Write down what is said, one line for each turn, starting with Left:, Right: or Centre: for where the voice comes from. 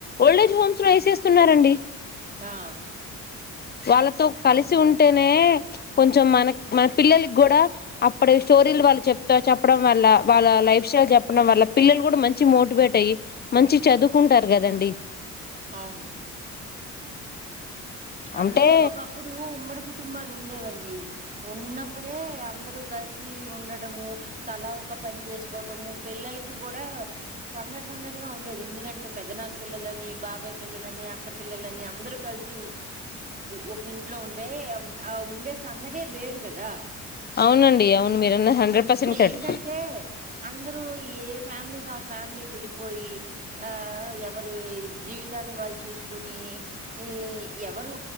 Left: ఓల్డేజ్ హోమ్స్ లో యెసేస్తున్నారండి
Right: ఆ!
Left: వాళ్ళతో కలిసి
Right: అవును.
Left: ఉంటేనే కొంచం మన మన పిల్లలకి గూడా అప్పుడ స్టోరీలు వాళ్ళు చెప్త చెప్పడం వల్ల వాళ్ళ లైఫ్ స్టైల్ చెప్పడం వల్ల పిల్లలు కూడా మంచి మోటివేట్ అయ్యి మంచి చదువుకుంటారు గదండి
Right: అవును అందుకే
Left: అంటే
Right: ఒకప్పుడు ఉమ్మడి కుటుంబాలు ఉండేవండి ఉన్నప్పుడే అందరూ గలిసి ఉండడము తలా ఒ ఒక పని చేసుకోవటం పిల్లల ఇ కూడా సందడి సందడిగా ఉండేది ఎందుకంటే పెద్దనాన్న పిల్లలని బాబాయ్ పిల్లలని అత్త పిల్లలని అందరూ కలిసి ఒక ఇంట్లో ఉంటే ఆ ఉండే సందడే వేరు కదా
Left: అవునండి అవును మీరన్న హండ్రెడ్
Right: ఇప్పుడు
Left: పర్సెంట్ కరెక్ట్
Right: ఏంటంటే, అందరూ ఏ ఫ్యామిలీకి ఆ ఫ్యామిలీ విడిపోయి ఆ ఎవరు జీవితాలు వాళ్ళు చూస్ కొని ఏ ఎవరూ